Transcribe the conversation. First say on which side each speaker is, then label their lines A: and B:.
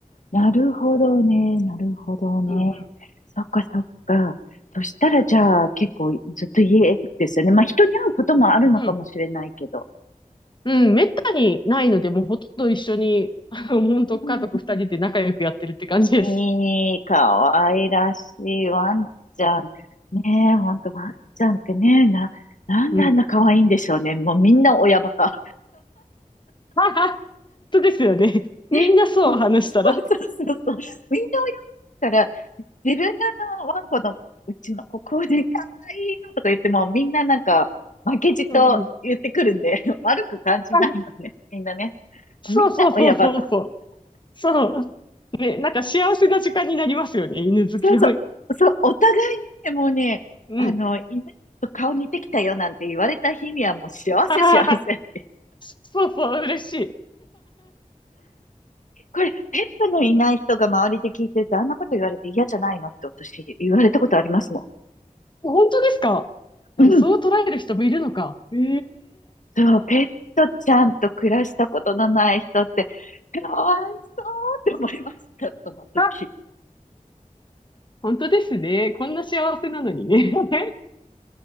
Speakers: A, on the left (about 65°); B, on the left (about 35°).
A: ー、なるほどね。なるほどね。
B: うん
A: そっかそっか。そしたらじゃあ結構ずっと家ですよね。まあ人に会うこともあるのかもしれないけど。
B: うん。うん、うん、めったにないので、もうほとんど一緒に、あの、本当家族二人で仲良くやってるって感じです。
A: うんうんいい、可愛らしいワンちゃん。ねえ、ほんとワンちゃんってね、な、なんであんな可愛いんでしょうね。
B: うん。
A: もうみんな親バカ。
B: はは、本当ですよね。
A: ね、
B: みんなそう話したら。
A: もう、そうそうそうそう。みんな親バカだから、自分があのワンコのうちのここで可愛いのとか言っても、みんななんか、負けじと言ってくるんで、
B: うんうん。
A: <laughs> 悪く感じないのね。
B: はい
A: みんなね。
B: そうそうそうそうそう。
A: みんな親バカ。
B: そう。ね、なんか幸せな時間になりますよね、犬好きの。
A: そうそう、そう、お互いにね、もうね、
B: うん。
A: あの、犬と顔似てきたよなんて言われた日にはもう幸せ幸せって。
B: <laughs> ああ、そうそう、嬉しい。
A: これ、ペットのいない人が周りで聞いてて、あんなこと言われて嫌じゃないのって私言われたことありますも
B: 本当ですかなんかそう捉える人もいるのか。
A: ん。うん。
B: ええ
A: そう、ペットちゃんと暮らしたことのない人って、かわいそうって思いました、その時。
B: あ、本当ですね。こんな幸せなのにね。<laughs>